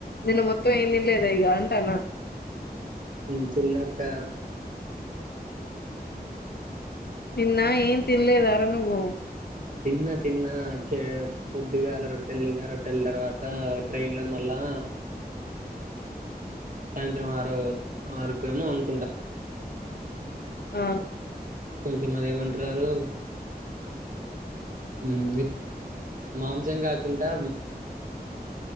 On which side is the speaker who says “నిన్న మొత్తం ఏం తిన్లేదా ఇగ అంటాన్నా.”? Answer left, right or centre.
Left